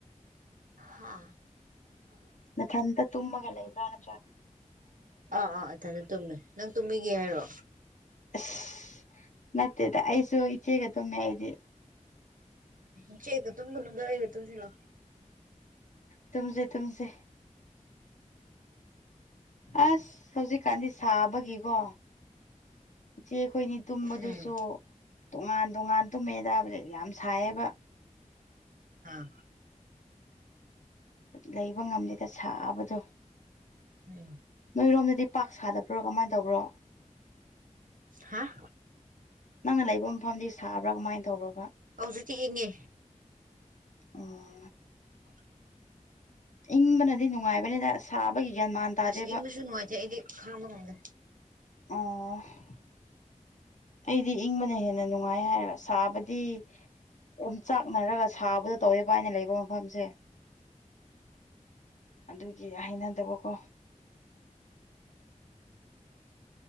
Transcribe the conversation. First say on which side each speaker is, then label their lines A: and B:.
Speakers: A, on the right; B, on the left.
A: ꯍꯥ
B: ꯃꯊꯜꯗ ꯇꯨꯝꯃꯒ ꯂꯩꯕ꯭ꯔ ꯅꯇ꯭ꯔ
A: ꯑꯥ ꯑꯥ ꯏꯊꯅ ꯇꯨꯝꯃꯦ ꯅꯪ ꯇꯨꯝꯕꯤꯒꯦ ꯍꯥꯏꯔꯣ
B: ꯑꯁ ꯅꯠꯇꯦꯗ ꯑꯩꯁꯨ ꯏꯆꯦꯒ ꯑꯗꯨꯃꯤ ꯑꯩꯗꯤ
A: ꯏꯆꯦꯒ ꯇꯨꯝꯃꯨꯅꯨꯗ ꯑꯩꯒ ꯇꯨꯝꯁꯤ ꯂꯥꯎ
B: ꯇꯨꯝꯁꯦ ꯇꯨꯝꯁꯦ ꯑꯁ ꯍꯧꯖꯤꯛꯀꯥꯟꯗꯤ ꯁꯥꯕꯒꯤꯀꯣ ꯏꯆꯦ ꯑꯩꯈꯣꯏꯅꯤ ꯇꯨꯝꯕꯗꯨꯁꯨ
A: ꯎꯝ
B: ꯇꯣꯉꯥꯟ ꯇꯣꯉꯥꯟ ꯇꯨꯝꯃꯦꯗ ꯍꯧꯖꯤꯛ ꯌꯥꯝ ꯁꯥꯏꯌꯦꯕ
A: ꯑꯥ
B: ꯂꯩꯕ ꯉꯝꯂꯦꯗ ꯁꯥꯕꯗꯣ
A: ꯎꯝ
B: ꯅꯣꯏꯔꯣꯝꯗꯗꯤ ꯄꯥꯛ ꯁꯥꯗꯕ ꯍ꯭ꯔꯣ ꯀꯃꯥꯏꯅ ꯇꯧꯕ꯭ꯔꯣ
A: ꯍꯥꯥ
B: ꯅꯪꯅ ꯂꯩꯕ ꯃꯐꯝꯗꯤ ꯁꯥꯕ꯭ꯔꯥ ꯀꯃꯥꯏꯅ ꯇꯧꯕ꯭ꯔꯕ
A: ꯑꯖꯤꯛꯇꯤ ꯏꯪꯉꯦ
B: ꯑꯣ
A: <inaudible>
B: ꯏꯪꯕꯅꯗꯤ ꯅꯨꯡꯉꯥꯏꯕꯅꯤꯗ ꯁꯥꯕꯒꯤ ꯖꯟ ꯃꯥꯟ ꯇꯥꯗꯦꯕ
A: ꯑꯁ ꯑꯩꯕꯁꯨ ꯅꯨꯡꯉꯥꯏꯖꯩ ꯑꯩꯗꯤ ꯈꯥꯡꯕꯃꯝꯗ
B: ꯑ ꯑꯩꯗꯤ ꯏꯪꯕꯅ ꯍꯦꯟꯅ ꯅꯨꯡꯉꯥꯏ ꯍꯥꯏꯔꯦꯕ ꯁꯥꯕꯗꯤ ꯑꯗꯨꯝ ꯆꯥꯛꯅꯔꯒ ꯁꯥꯕꯗꯣ ꯇꯧꯋꯦꯕ ꯍꯥꯏꯅ ꯂꯩꯕ ꯃꯐꯝꯁꯦ ꯑꯗꯨꯒꯤ ꯍꯩꯅꯗꯕꯀꯣ